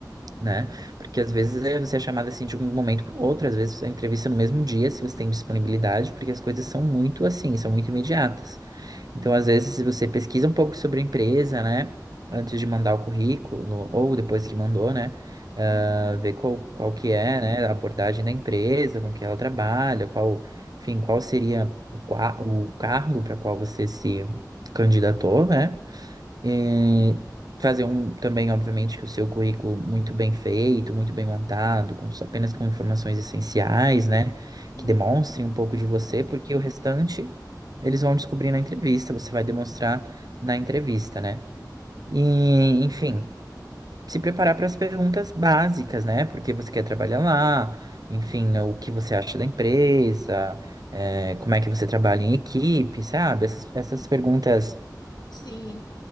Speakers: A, on the right (about 60°); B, on the left (about 70°).
A: né? Porque às vezes é, você é chamado assim de um momento para outro, às vezes a entrevista é no mesmo dia, se você tem disponibilidade, porque as coisas são muito assim, são muito imediatas. Então, às vezes, se você pesquisa um pouco sobre a empresa, né? Antes de mandar o currículo, ou depois que mandou, né? ah,
B: Uhum.
A: ver qual, qual que é, né, a abordagem da empresa, com que ela trabalha, qual, enfim, qual seria o, qua- o cargo para qual você se candidatou, né? E fazer um também, obviamente, que o seu currículo muito bem feito, muito bem montado, com, só- apenas com informações essenciais, né?
B: Uhum.
A: Que demonstrem um pouco de você, porque o restante eles vão descobrir na entrevista, você vai demonstrar na entrevista, né? E, enfim, se preparar para as perguntas básicas, né? Porque você quer trabalhar lá, enfim, o que você acha da empresa, eh, como é que você trabalha em equipe, sabe? Essas, essas perguntas
B: Sim,